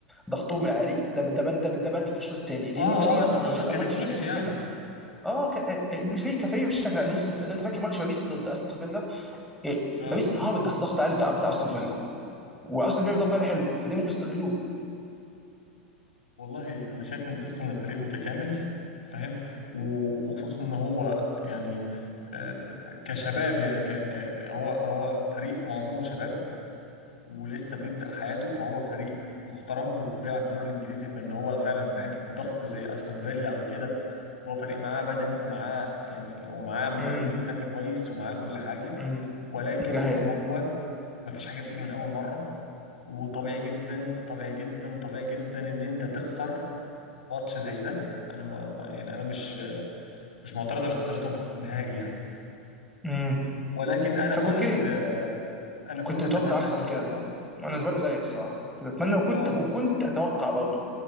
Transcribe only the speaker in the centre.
ضغطهم العالي ده ب- ده بان ده ب- ده بان في الشوط الثاني لان
باريس
لما شفنا
ماتش استون
فيلا اه ك- آه، آه، بالفريق كفريق بالشكل لان مثلا لأن انت فاكر ماتش باريس ضد استون فيلا إيه،
باريس انهارت تحت ضغط عالي بتاع بتاع استون فيلا واصلا بيعمل ضغط عالي حلو فده ممكن يستغلوه
امم
امم
ده هي
امم
طب
اوكي
كنت متوقع
احسن
من كده وانا زمان زيك الصراحه كنت اتمنى وكنت
وكنت
اتوقع برضه